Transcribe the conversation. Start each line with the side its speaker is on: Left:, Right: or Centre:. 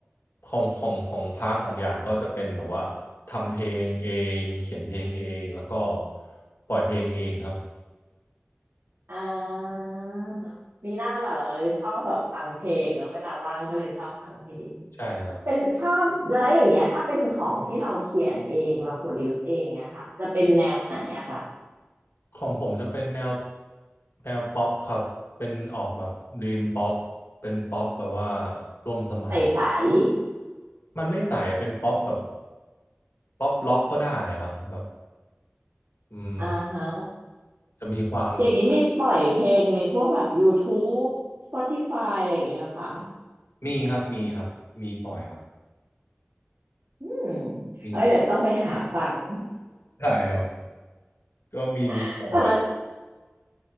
Left: ของของของพาร์ทของอย่างก็จะเป็นแบบว่าทำเพลงเองเขียนเพลงเองแล้วก็ปล่อยเพลงเองครับ
Right: อ่ามีหน้าล่ะเหราชอบแบบฟังเพลงเนอะเวลาว่างก็เลยชอบฟังเพลง
Left: ใช่ครับ
Right: เป็นชอบอะไรอย่างเงี้ยถ้าเป็นของที่เราเขียนเองเราโปรดิวซ์เองเงี้ยค่ะจะเป็นแนวไหนอะค่ะ
Left: ของผมจะเป็นแนวแนวป๊อปครับเป็นออกแบบด e ีมป๊อปเป็นป๊อปแบบว่าร่วมสมัย
Right: ใส
Left: มันไม่ใสเป็นป๊อปแบบป๊อปล็อกก็ได้อะครับแบบอืม
Right: อ่าฮะ
Left: จะมีความ
Right: อย่างนี้มีปล่อยเพลงในพวกแบบ YouTube Spotify อะไรอย่างเงี้ยเหรอค่ะ
Left: มีครับมีครับมีปล่อยครับ
Right: อืม
Left: มี
Right: เอ้ยเดี๋ยวต้องไปหาฟัง
Left: ใช่ครับก็มีมีปล่อยไว้
Right: <laughs> แต่มัน